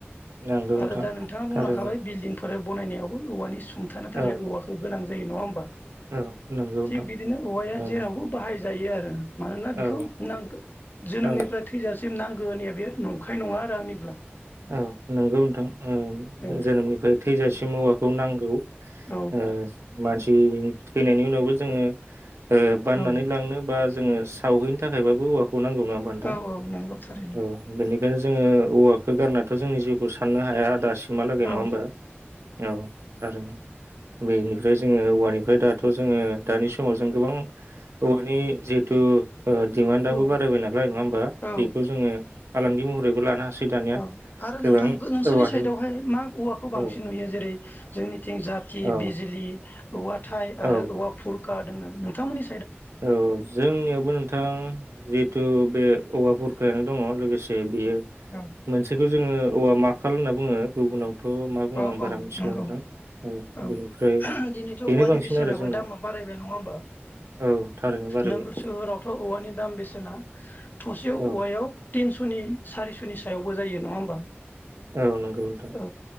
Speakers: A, on the right; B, on the left.
A: नंगौ नोंथां
B: आरो दा नोंथाङा बुंलांखाबाय
A: थारैनो
B: बिल्डिं <unintelligible> बानायनायावबो औवानि <unintelligible> सुंथानो थाखाय
A: औ
B: औवाखौ गोनां <unintelligible> जायो नङा होमबा?
A: औ नंगौ नोंथां
B: थिग बिदिनो औवाया
A: ओ
B: जेरावबो बाहाय जायो आरो मानोना बेखौ
A: औ
B: <unintelligible> जोनोमनिफ्राय
A: औ
B: थैजासिम सिम नांगौ होन्नायाबे नंखाय नङा आरो आंनिब्ला।
A: औ नोंगौ नोंथां। ओ
B: औ
A: जोनोमनिफ्राय थैजासिम औवाखौ नांगौ। ओ
B: औ
A: मानसि थैनायनि उनावबो जोङो बाननानै
B: औ
A: लांनो बा जोङो सावहैनो थाखायबाबो औवा खौ नांगौ नङा बा नोंथां
B: औ औ नंगौ थारैनो
A: औ बेनिखायनो जोङो औवाखौ होगारनायाथ' जोंनि जिउखौ साननो हाया दासिम <unintelligible> नङा
B: औ
A: होमबा? औ थारैनो बेनिफ्राय जोङो औवानिफ्राय दाथ' जोङो दानि समाव जों गोबां औवानि जिहेथु दिमान्डआबो
B: औ
A: बारायबाय नालाय नङा होमबा
B: औ
A: बेखौ जोङो फालांगि महरै बयबो लानो हासै दानिया
B: अ आरो
A: गोबां
B: नोंथां नोंसोरनि
A: औवानि
B: साइदावहाय मा औवाखौ बांसिन
A: औ
B: नुयो जेरै जोंनिथिं जाथि
A: औ
B: बिजिलि औवाथाय
A: औ
B: आरो औवा फुर <unintelligible> नोंथां मोननि
A: औ जोंनियावबो नोंथां जिहेथु बे औवा बुर नो दङ लोगोसे बेयो
B: औ
A: मोनसेखौ जोङो औवा माख <unintelligible> होनना बुङो गुबुनाव। थ' मा बुङो
B: औ
A: आं बारा
B: औ
A: मिथिला
B: नंगौ
A: नोंथां
B: औ
A: बेनिफ्राय
B: दिनैथ'
A: बेनो
B: औवानि
A: बांसिन
B: बेसेनाबो
A: आरो जोंनाव।
B: दामा बारायबाय नङा होमबा
A: औ थारैनो बारायबाय
B: नोगोर सोहोरावथ' औवानि दाम बेसे ना थसे औवायाव
A: औ
B: तिनस'नि सारिस'नि सायावबो जायो नङा होमबा?
A: औ नंगौ नोंथां
B: औ